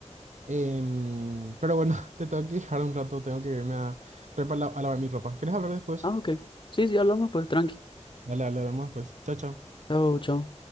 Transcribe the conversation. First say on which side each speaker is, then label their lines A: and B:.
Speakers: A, on the right; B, on the left.
A: Em, pero bueno, <laughs> te tengo que dejar un rato, tengo que irme a preparar, a lavar mi ropa. ¿Querés hablar después?
B: Ah, ok. Sí, sí, hablamos pues, tranqui.
A: Dale, dale, hablamos después. Chao, chao.
B: Chao, chao.